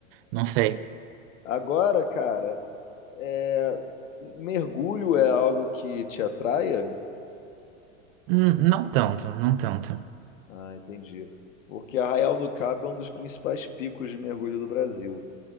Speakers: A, on the right; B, on the left.
A: Não sei.
B: Agora, cara, é, mergulho é algo que te atraia?
A: Hum, não tanto, não tanto.
B: Ah, entendi. Porque Arraial do Cabo é um dos principais picos de mergulho do Brasil.